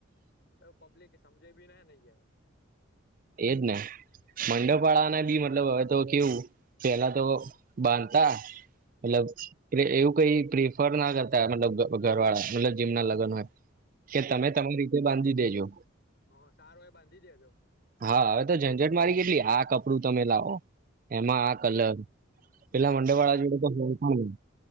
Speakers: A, on the left; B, on the right.
A: તો પબ્લિક સમજે ભી ના નહીય.
B: એજ ને મંડપાળાને બી મતલબ હવે તો કેવું પેલા તો બાંધતા મતલબ
A: હા
B: કે એવું કઈ પ્રીફરના કરતા મતલબ ઘ ઘર વાળા મતલબ જેમના લગન હોય કે તમે તમારી રીતે બાંધી દેજો.
A: હ સારો એ બાંધી દેજો.
B: હા હવે તો ઝંઝટ મારી કેટલી આ કપડું તમે લાવો એમાં આ
A: હ
B: કલર પેલા મંડપ વાળા જોડે તો હોય પણ.